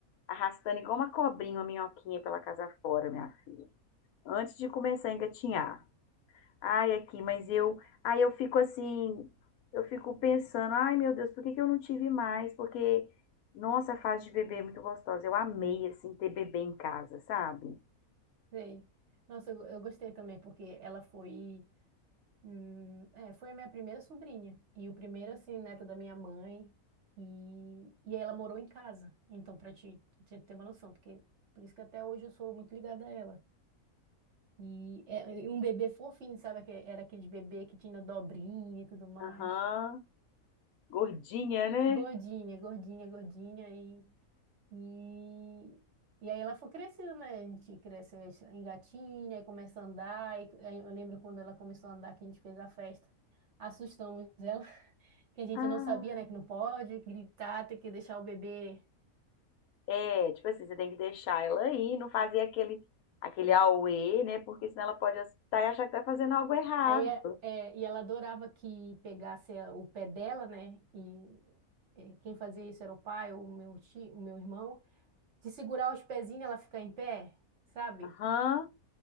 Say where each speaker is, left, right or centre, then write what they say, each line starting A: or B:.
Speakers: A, on the left; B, on the right.
A: arrastando igual uma cobrinha, uma minhoquinha pela casa fora, minha filha. Antes de começar a engatinhar. Ai, aqui, mas eu, aí eu fico assim, eu fico pensando, ai meu Deus, por que que eu não tive mais? Porque, nossa, a fase de bebê é muito gostosa. Eu amei, assim, ter bebê em casa, sabe?
B: Sei. Nossa, eu, eu gostei também, porque ela foi, hum, é, foi a minha primeira sobrinha. E o primeiro, assim, neto da minha mãe. E, e ela morou em casa. Então, pra te, te ter uma noção, porque por isso que até hoje eu sou muito ligada a ela. E é, e um bebê fofinho, sabe? aque- Era aquele bebê que tinha dobrinha e tudo mais.
A: Aham. Gordinha, né?
B: Gordinha, gordinha, gordinha. E, e, e aí ela foi crescendo, né? A gente cresce, engatinha, aí começa a andar. E, aí eu lembro quando ela começou a andar que a gente fez a festa. Assustamos ela, <laughs> que a gente
A: Ah,
B: não sabia, né? Que não pode gritar, tem que deixar o bebê.
A: É, tipo assim, você tem que deixar ela aí, não fazer aquele, aquele auê, né? Porque senão ela pode assustar e achar que tá fazendo algo errado.
B: Aí, é, é, e ela adorava que pegasse a- o pé dela, né? E é, quem fazia isso era o pai, o meu tio, o meu irmão, de segurar os pezinhos e ela ficar em pé, sabe?
A: Aham.